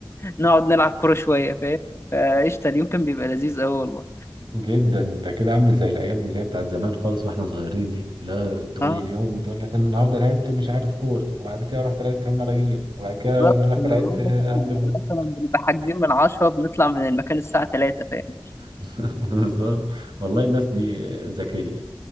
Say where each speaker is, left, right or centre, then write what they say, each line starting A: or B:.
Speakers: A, on the left; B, on the right.
A: نقعد نلعب كورة شوية فاهم فقشطة اليوم كان بيبقى لذيذ قوي والله
B: جدا ده كده عامل زي الايام اللي هي بتاعت زمان خالص واحنا صغيرين دي لا تقول
A: اه
B: لي اليوم تقول لك انا النهارده لعبت مش عارف كوره وبعد كده رحت لعبت في المراجيح وبعد كده
A: بالظبط
B: رحت
A: انا
B: لعبت
A: بقول
B: هاند
A: لك احنا
B: بول
A: مثلا بنبقى حاجزين من 10 بنطلع من المكان الساعة 3 فاهم
B: <laughs> بالظبط والله الناس دي ذكيه